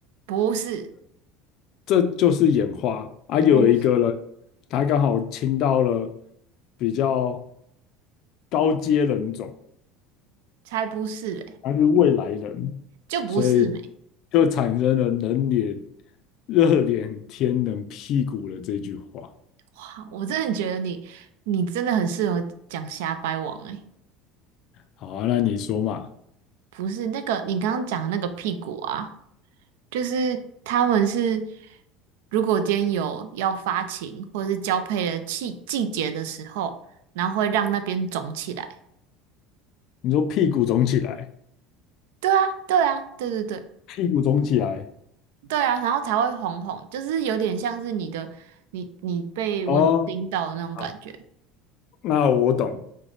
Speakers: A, on the right; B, on the left.
A: 不是，
B: 这就是演化啊。有一个人，
A: 不，
B: 他刚好亲到了比较高阶人种，
A: 才不是嘞，
B: 他是未来人，
A: 就不是美。
B: 所以就产生了“人脸热脸贴冷屁股”的这句话。
A: 哇，我真的觉得你，你真的很适合讲瞎掰王哎，
B: 好啊，那你说嘛？
A: 不是那个你刚刚讲的那个屁股啊，就是他们是，如果今天有要发情或者是交配的季季节的时候，然后会让那边肿起来。
B: 你说屁股肿起来，
A: 对啊，对啊，对对对。
B: 屁股肿起来
A: 对啊，然后才会红红，就是有点像是你的你你被蚊子叮到的那种感觉。
B: 哦。好，那我懂，